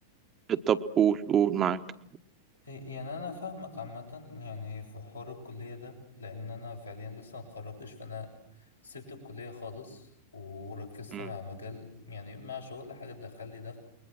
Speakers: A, on the right; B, on the left.
A: طب قول قول معاك
B: يعني انا فاهمك عامه يعني في حوار الكليه ده لان انا فعليا لسه ما اتخرجتش فانا سبت الكليه خالص وركزت
A: مم،
B: مع مجال يعني مع شغل حاجه تدخل لي دخل